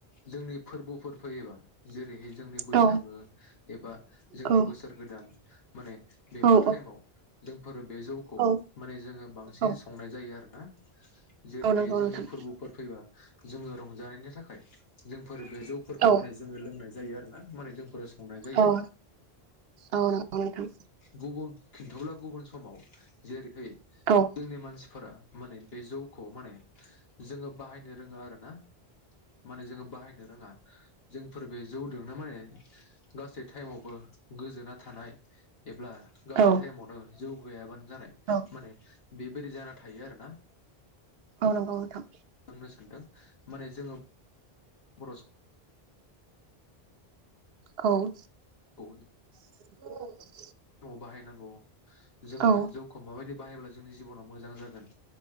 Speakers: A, on the left; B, on the right.
A: जोंनि फोरबोफोर फैयोबा जेरैहाय जोंनि बैसागो
B: औ
A: एबा जोंनि
B: औ
A: बोसोर गोदान माने बेफोर
B: औ
A: टाइमाव जोंफोरो बे जौखौ
B: औ
A: माने जोङो बांसिन
B: औ
A: फिन संनाय जायो आरो नोंथां जेरैहाय
B: औ नंगौ
A: जोंनि
B: नोंथां
A: फोरबोफोर फैबा जोङो रंजानायनि थाखाय जों फोर बे जौफोरखौ
B: औ
A: माने जोङो लोंनाय जायो आरो ना माने जोंफोर संनाय जायो
B: औ औ नंगौ नोंथां
A: गुबुन खिन्थोब्ला गुबुन समाव जेरैहै
B: औ
A: जोंनि मानसि फोरा माने बे जौखौ माने जोङो बाहायनो रोङो आरो ना माने जोङो बाहायनो रोङा जोंफोर बे जौदोंनो माने गासै टाइमावबो गोजोना थानाय एब्ला
B: औ
A: गासै टाइमावनो जौ गैयाबानो जानाय
B: औ
A: माने बेबायदि जाना थायो आरो ना
B: औ नंगौ नोंथां
A: बुंनो सानदों माने जोङो बर
B: औ
A: समखौ
B: <inaudible>
A: <unintelligible> बाहायनांगौ जोङो
B: औ
A: जौखौ माबायदि बाहायोब्ला जोंनि जिब'नाव मोजां जागोन